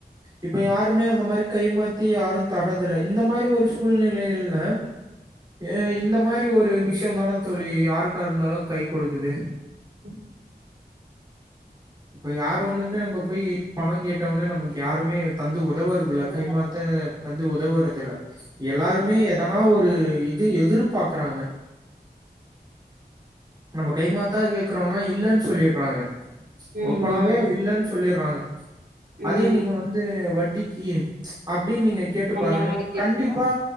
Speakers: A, on the right; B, on the right.
A: இப்ப யாருமே அந்த மாரி கைமாத்தி யாரும் தர்றதுதில்ல இந்த மாரி ஒரு சூழ்நிலைல அஹ இந்த மாரி ஒரு விஷயோதான தோழி அக்கா இருந்தாலு கை கொடுக்குது
B: உம்
A: இப்ப யாரு ஒண்ணுமே நம்ம போய் பணம் கேட் நமக்கு யாருமே தந்து உதவுறதில்ல
B: குடுக்க
A: கைமாத்த
B: மாட்டோ
A: தந்து உதவுறது இல்ல எல்லாருமே
B: ம்
A: எதனா ஒரு எதிர்பார்க்குறாங்க நம்ம கைமாத்தா கேக்குறோனா இல்லன்னு சொல்லிறாங்க
B: ம்
A: ஓப்பனாவே
B: ம்
A: இல்லைன்னு சொல்லிறாங்க
B: ம்
A: அதே நீங்க வந்து வட் <unintelligible> அப்டின்னு நீங்க கேட்டு
B: அந்த
A: பாருங்க
B: மாரி கேட்டீன்னா
A: கண்டிப்பா